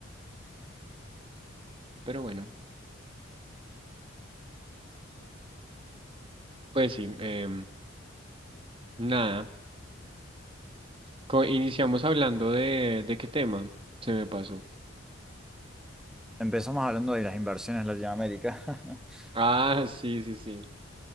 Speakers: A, on the right (about 25°); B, in the centre.
A: Pero bueno, pues sí, em, nada. Co- iniciamos hablando de, de qué tema se me pasó.
B: Empezamos hablando de las inversiones en Latinoamérica. <laughs>
A: Ah, sí, sí, sí.